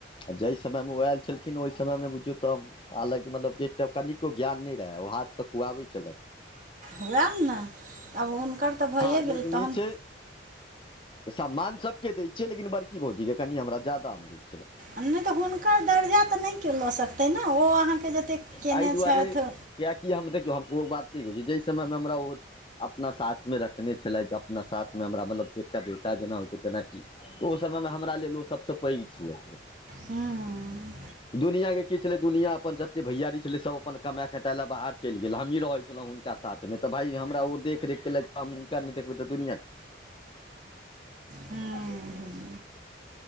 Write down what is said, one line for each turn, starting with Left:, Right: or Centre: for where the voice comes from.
Left: जै समय मे ओ आयल छल खिन ओहि समय मे बुझियो त हम हालाँकि मतलब एकटा कनिको ज्ञान नय रहे ओ हाथ से खुआबैत छलथि
Right: वएह ने अब हुनकर तऽ भइए
Left: हा
Right: गेल
Left: लेकिन
Right: तहन
Left: ई छै सम्मान सबके दै छियै लेकिन बड़की भौजी के कनि हमरा जादामे दे
Right: आ ने त हुनकर दर्जा त ने केओ ल सकतै ने ओ अहाँ के जते केने
Left: एहि दुआरे
Right: छथि
Left: कियाकि हम देखियो हम ओ बात नय कहै छी जय समय मे हमरा ओ अपना साथ साथ मे रखने छलथि जे अपना साथ मे हमरा मतलब एकटा बेटा जेना होइ छै तेनाकि त ओ समय मे हमरा लेल ओ सबसे पगि छलैथ ओ
Right: हम्म,
Left: दुनिया के की छलै दुनियां अपन जते भैयरी छलै सब अपन कमेय खटे ले बाहर चलि गेल हमही रहल छलौं हुँ नका साथ मे त भाय हमरा ओ देख रेख केलथि हुनका नय देखबै त दुनिया के
Right: हम्म,
Left: आ